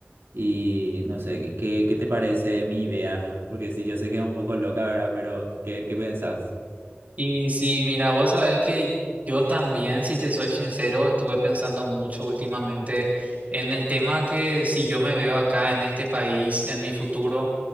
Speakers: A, on the right (about 65°); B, on the right (about 40°).
A: Y no sé, ¿qué, qué te parece mi idea? <laughs> Porque sí, yo sé que es un poco loca, ¿verdad? Pero, ¿qué, qué pensás?
B: Y si, mira, vos sabes que yo también, si te soy sincero, estuve pensando mucho últimamente en el tema que si yo me veo acá en este país, en mi futuro.